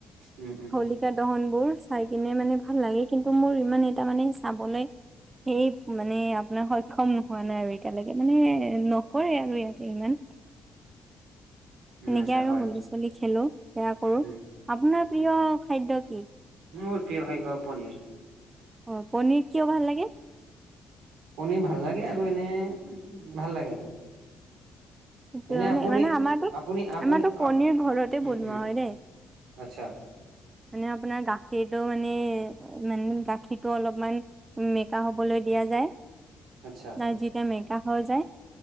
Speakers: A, on the right (about 85°); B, on the right (about 25°).
A: উম, উম,
B: হলী <unintelligible> দহন বোৰ চাই কিনে মানে ভাল লাগে কিন্তু মোৰ ইমান এটা মানে চাবলৈ সেই মানে আপোনাৰ সক্ষম হোৱা নাই আৰু এতিয়ালৈকে মানে নকৰে আৰু ইয়াতে ইমান।
A: <inaudible>
B: সেনেকে আৰু
A: হয়,
B: হলি চলি খেলো সেয়া কৰো
A: উম,
B: আপোনাৰ প্ৰিয়
A: উম,
B: খাদ্য কি?
A: মোৰ প্ৰিয় খাদ্য পনীৰ।
B: অ, পনীৰ কিয় ভাল লাগে?
A: পনিৰ ভাল লাগে আৰু এনে ভাল লাগে আৰু।
B: সেইটো
A: এনেই
B: মানে
A: আপুনি-আপুনি-আপুনি-
B: মানে আমাৰতো আমাৰতো পনিৰ
A: আপ
B: ঘৰতে
A: উম
B: বনোৱা
A: - উম
B: হয় দেই
A: আচ্ছা।
B: মানে আপোনাৰ গাখীৰটো মানে মান গাখীৰটো অলপমান মেকা হবলৈ দিয়া যায়।
A: আচ্ছা,
B: নাই যেতিয়া মেকা হৈ যায়